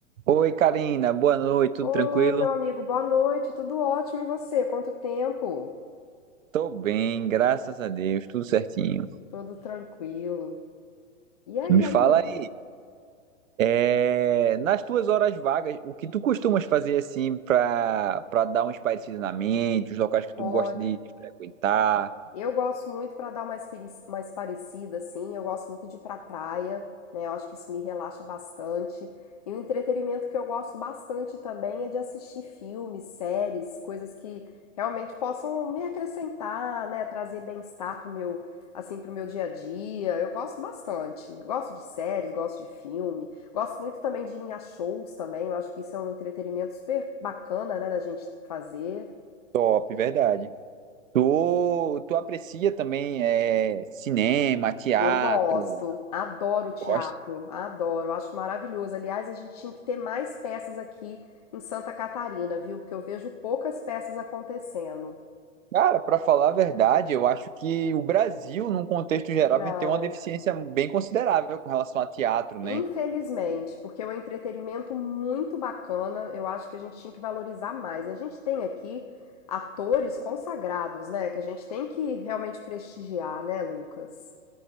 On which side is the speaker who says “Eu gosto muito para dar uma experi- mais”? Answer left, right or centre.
Left